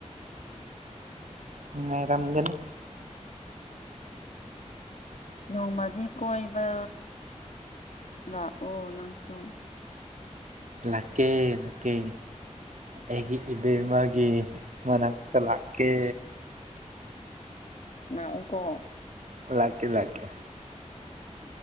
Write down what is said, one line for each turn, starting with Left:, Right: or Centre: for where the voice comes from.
Right: ꯅꯨꯡꯉꯥꯏꯔꯝꯒꯅꯤ
Left: ꯅꯣꯡꯃꯗꯤ ꯀꯣꯏꯕ ꯂꯥꯛꯑꯣ ꯅꯪꯁꯨ
Right: ꯂꯥꯛꯀꯦ ꯂꯥꯛꯀꯦ ꯑꯩꯒꯤ ꯏꯕꯦꯝꯃꯒꯤ ꯃꯅꯥꯛꯇ ꯂꯥꯛꯀꯦ꯫
Left: ꯂꯥꯛꯎꯀꯣ
Right: ꯂꯥꯛꯀꯦ ꯂꯥꯛꯀꯦ